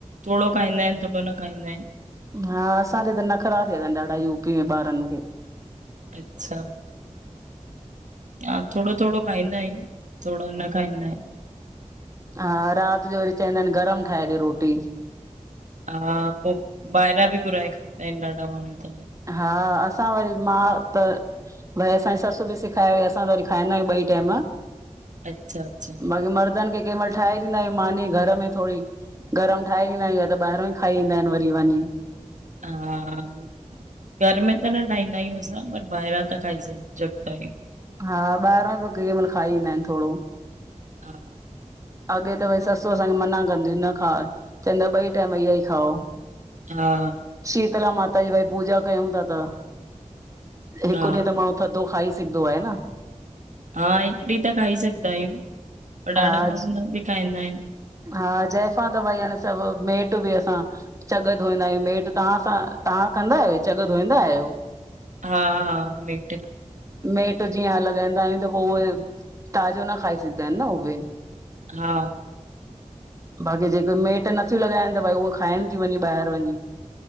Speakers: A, on the right; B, on the right.
A: थोरो खाईंदा आहिनि थोरो न खाईंदा आहिनि।
B: हा असांज ते नखरा थिया अथन ॾाढा यूपी में ॿारनि खे।
A: अच्छा! हा थोङो थोङो खाईंदा आहियूं, थोङो न खाईंदा आहियूं।
B: हा रात जो वरी चंइदा आहिन गरम ठाहे ॾियो रोटी।
A: हा पो ॿाहिरां बि घुराए खांइदा आहिन ॾाढा माण्हू त।
B: हा असां वरी, मां त भई असांजी ससु बि सेखाए वई, असां त वरी खाईंदा आहियूं ॿई टाइम।
A: अच्छा अच्छा
B: बाक़ि मर्दनि खे कंहिं मइल ठाहे ॾींदा आहियूं मानी घर में थोड़ी गरम ठाहे ॾींदाआहियूं या त ॿाहिरो खाई ईंदा आहिनि वरी वंञी।
A: हा <inaudible> घर में त न ठाहींदा आहियूं असां पर ॿाहिरां त खाई सघंदा आहियूं।
B: हा ॿाहिरां बि कंहिं मइल खाई ईंदा आहिनि थोड़ो।
A: <inaudible>
B: अॻे त भई सस असांखे मना कंदी हु, ई न खाओ चवंदि हुई ॿइ टाइम इह ई खाओ।
A: हा
B: शीतला माता जी भई पूजा कयूं था त हिकु
A: हा
B: ॾींहुं त माण्हू थधो खाई सघदो आहे न
A: हा हिकु ॾींहुं त खाई सघदा आहियूं पर
B: हा
A: ॾाढा माण्हू न बि खाईंदा आहिन।
B: हा जायफां त भई हाणे सभु मेट बि असां चॻ धोईंदा आहियूं मेटु तव्हां सां, तव्हां कंदा आहियो, चॻ धोईंदा आहियो?
A: हा हा मेट
B: मेट जीअं लॻाईंदा आहियूं त पो उहे ताज़ो न खाई सघदा आहिन न उहे।
A: हा
B: बाक़ी जेके मेट नथियूं लॻाइनि त भई उहे खाइनि थियूं वंञी ॿाएर वंञी।